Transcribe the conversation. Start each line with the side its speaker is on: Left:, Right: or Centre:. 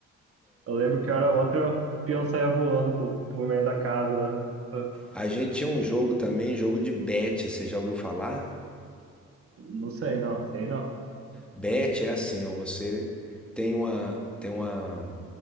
Right: Eu lembro que hora outra o peão saía voando pro, pro meio da casa lá. Eu-
Centre: A gente tinha um jogo também, jogo de bet. Você já ouviu falar?
Right: Não sei, não. Sei não.
Centre: Bet é assim, ó. Você tem uma, tem uma,